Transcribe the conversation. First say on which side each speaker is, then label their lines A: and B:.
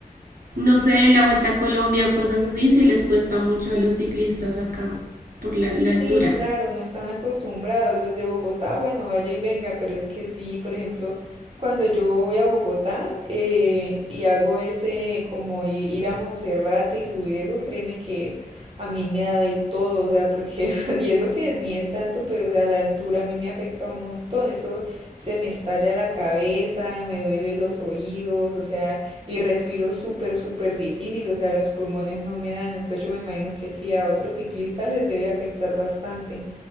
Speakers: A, on the right; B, on the right.
A: no sé, la Vuelta a Colombia o cosas así, sí les cuesta mucho a los ciclistas acá, por la, la
B: Sí,
A: altura.
B: claro, no están acostumbrados. Los de Bogotá, bueno, vaya y venga, pero es que sí, por ejemplo, cuando yo voy a Bogotá eh, y hago ese como i- ir a Monserrate y subir eso, créeme que a mí me da de todo, o sea, porque, <laughs> y eso que ni es tanto, pero o sea, la altura a mí me afecta un montón, eso se me estalla la cabeza, me duelen los oídos, o sea y respiro súper, súper difícil, o sea, los pulmones no me dan, entonces yo me imagino que sí, a otros ciclistas les debe afectar bastante.